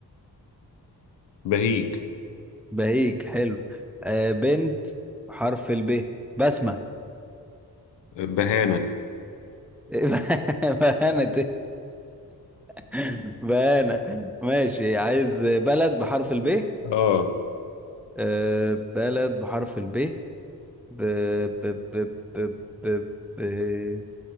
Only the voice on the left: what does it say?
بهيج
بهانه
اه